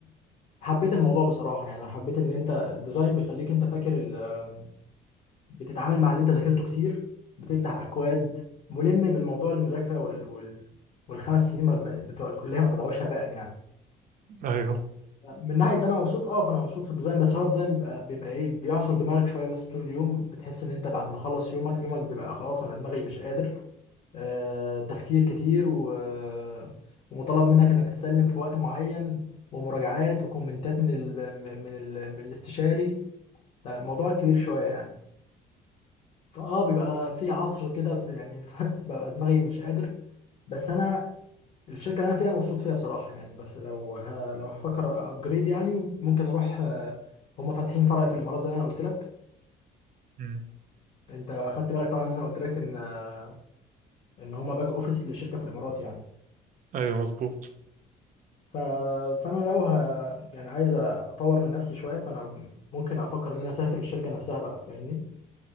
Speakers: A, on the left; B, on the right.
A: حبيت الموضوع بصراحه يعني أنا حبيت ان انت الديزاين بيخليك انت فاكر ال- بتتعامل مع اللي انت ذاكرته كتير بتفتح اكواد ملم بالموضوع المذاكره وال... وال... والخمس سنين ما- ما- بتوع الكليه ما ضيعوش هباء يعني
B: ايوه
A: من ناحيه انا مبسوط اه فانا مبسوط في الديزاين بس هو الديزاين بيبقى, بيبقى ايه بيعصر دماغك شويه بس طول اليوم بتحس ان انت بعد ما خلص يومك يومك بيبقى خلاص انا دماغي مش قادر آه، تفكير كتير و... آه، ومطالب منك انك تسلم في وقت معين ومراجعات وكومنتات من ال... من ال... من الاستشاري فالموضوع كبير شوية يعني فاه بيبقى في عصر كده في يعني <laughs> ف... ببقى دماغي مش قادر بس انا الشركة اللي انا فيها مبسوط فيها بصراحة يعني بس لو ه... لو هفكر ابجريد يعني ممكن اروح آه، هما فاتحين فرع في الامارات زي ما انا قلت لك
B: مم.
A: انت خدت بالك طبعا ان انا قلت لك ان آه، ان هما باك اوفيس لشركة في الامارات يعني
B: ايوه مظبوط
A: ف... فانا لو ه... يعني عايز اطور من نفسي شويه فانا ممكن افكر ان انا اسافر الشركه نفسها بقى فاهمني